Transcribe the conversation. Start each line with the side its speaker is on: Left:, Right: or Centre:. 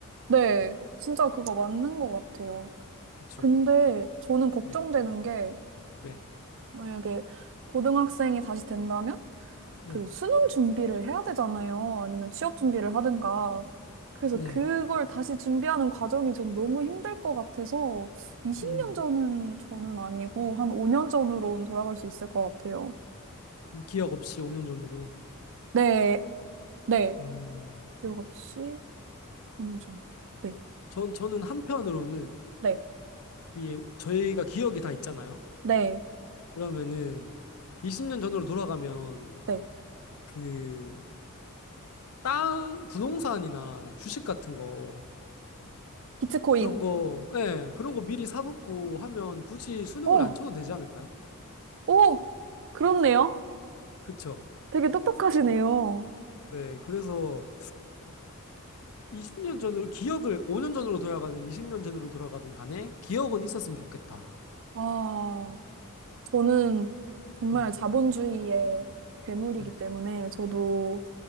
Right: 네, 진짜 그거 맞는 것 같아요.
Left: 그쵸?
Right: 근데 저는 걱정되는
Left: 네,
Right: 게,
Left: 네,
Right: 만약에 고등학생이 다시 된다면?
Left: 네,
Right: 그 수능 준비를 해야 되잖아요. 아니면 취업 준비를 하든가. 그래서
Left: 네.
Right: 그걸 다시 준비하는 과정이 전 너무 힘들 것 같아서 20년
Left: 음,
Right: 전은 저는 아니고 한 5년 전으로는 돌아갈 수 있을 것 같아요.
Left: 기억 없이 5년 전으로.
Right: 네, 네.
Left: 어, 음.
Right: 기억 없이 5년 전. 네,
Left: 전, 저는 한편으로는
Right: 네,
Left: 이 저희가 기억이 다 있잖아요.
Right: 네,
Left: 그러면은 20년 전으로 돌아가면
Right: 네.
Left: 그 땅, 부동산이나 주식 같은 거,
Right: 비트코인.
Left: 그런 거, 예, 그런 거 미리 사놓고 하면 굳이 수능을
Right: 오,
Left: 안 쳐도 되지 않을까요?
Right: 오! 그렇네요.
Left: 그쵸.
Right: 되게 똑똑하시네요.
Left: 네, 그래서 20년 전으로, 기억을 5년 전으로 돌아가든 20년 전으로 돌아가든 간에 기억은 있었으면 좋겠다.
Right: 아. 저는 정말
Left: 음,
Right: 자본주의의 괴물이기
Left: 네,
Right: 때문에 저도